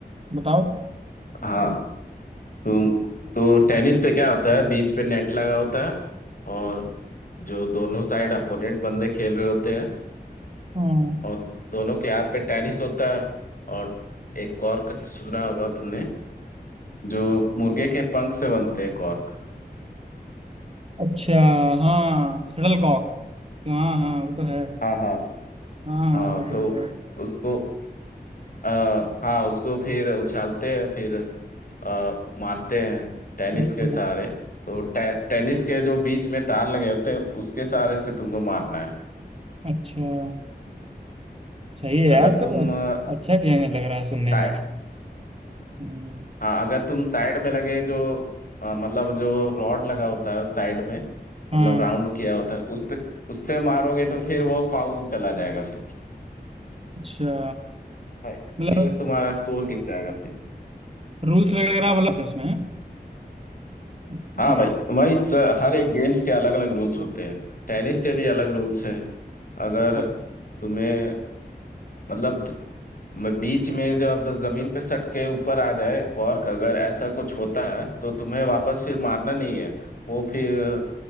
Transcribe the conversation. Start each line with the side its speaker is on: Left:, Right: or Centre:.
Right: बताओ
Left: हाँ तुम तो टेनिस पे क्या होता है बीच पे नेट लगा होता है और जो दोनों साइड अपोनेंट बंदे खेल रहे होते हैं
Right: हाँ
Left: और दोनों के हाथ पे टेनिस होता है और एक कॉर्क सुना होगा तुमने जो मुर्गे के पंख से बनते हैं कॉर्क
Right: अच्छा हाँ शटल कॉक हाँ हाँ वो तो है
Left: हाँ हाँ
Right: हाँ हाँ
Left: हाँ
Right: वो तो
Left: तो
Right: है यार।
Left: उसको आ, हाँ उसको फिर उछालते हैं फिर आ, मारते हैं टेनिस
Right: अच्छा
Left: के सहारे तो टे, टेनिस के जो बीच में तार लगे होते हैं उसके सहारे से तुमको मारना है
Right: अच्छा सही है यार
Left: अगर तुम
Right: तो
Left: आ,
Right: अच्छा गेम है लग रहा है सुनने
Left: साइ-
Right: में हम्म,
Left: हाँ अगर तुम साइड में लगे जो आ, मतलब जो रॉड लगा होता है साइड में मतलब
Right: हाँ
Left: राउंड किया होता है उस पे उससे मारोगे तो फिर वो फाउल चला जाएगा फिर
Right: अच्छा
Left: भाई
Right: मतलब
Left: फिर तुम्हारा स्कोर गिर जाएगा फिर
Right: रूल्स वगैरह मतलब से उसमें हैं? हम्म
Left: हाँ भाई भाई स- हर एक गेम्स के अलग अलग रूल्स होते हैं टेनिस के भी अलग रूल्स हैं अगर
Right: हाँ।
Left: तुम्हें मतलब द- म- बीच में जब जमीन पे सट के ऊपर आ जाए कॉर्क अगर ऐसा कुछ होता है तो तुम्हें वापस फिर मारना नहीं है वो फिर